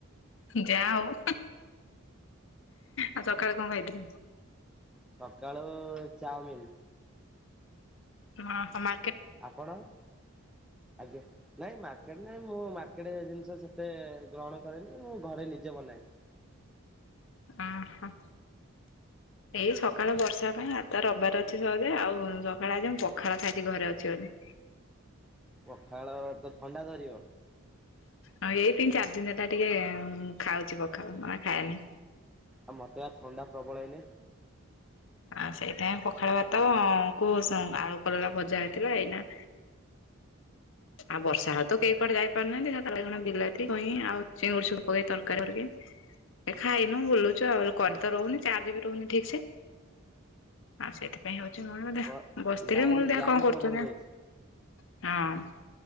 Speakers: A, on the left (about 60°); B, in the centre.
A: ଯାହା ହୋଉ, ଆଉ ସକାଳେ କଣ ଖାଇଥିଲେ?
B: ସକାଳୁ ଚାଉମିିନ।
A: ହଁ, ସମା
B: ଆପଣ? ଆଜ୍ଞା। ନାଇଁ ମାର୍କେଟ ନାଇଁ ମୁଁ ମାର୍କେଟ ଜିନିଷ ସେତେ ଗ୍ରହଣ କରେନି ମୁଁ ଘରେ ନିଜେ ବନାଏ।
A: ଓ ହୋ।
B: <inaudible>
A: ଏଇ ସକାଳ ବର୍ଷା ପାଇଁ ଆଜି ତ ରବିବାର ଅଛି ସହଜେ ଆଉ ସକାଳେ ଆଜି ମୁଁ ପଖାଳ ଖାଇଚି ଘରେ ଅଛି ବୋଲି।
B: ପଖାଳ ତ ଥଣ୍ଡା ଧରିବ।
A: ହଁ ଏଇ ତିନି ଚାରି ଦିନ ହେଲା ଟିକେ ଖାଉଚି ପଖାଳ ନ ଖାଏନି।
B: ଆଉ ମୋତେ ପା ଥଣ୍ଡା ପ୍ରବଳ ଏଇନେ।
A: ଆଉ ସେଇଥିାଇଁ ପଖାଳ ଭାତ କୁ ଆଳୁ କଲରା ଭଜା ହେଇଥିଲା, ଏଇନା ଆଉ ବର୍ଷା ହଉ ତ କେହି କୁଆଡ଼େ ଯାଇ ପାରୁନାହାନ୍ତି, ବାଇଗଣ ବିଲାତି କଁଇଆ ଆଉ ଚିଙ୍ଗୁଡିି ପକେଇ ତରକାରୀ କରି। ଏ ଖାଇନୁ ବୁଲୁଚ କରେଣ୍ଟ ତ ରହୁନି ଚାର୍ଜ ବି ରହୁନି ଠିକ୍ ସେ। ଆଉ ସେଥିପାଇଁ ହୋଉଚି, ମୁଁ ଦେ
B: କ
A: ବସିଥିଲି
B: ଲାଇନ
A: ମୁଁ କହିଲି ଦେଖିବା
B: ଲାଇନ
A: କଣ କରୁଛନ୍ତି
B: ଟ୍ରବୁଲ ରହୁଛି
A: ହିଁ।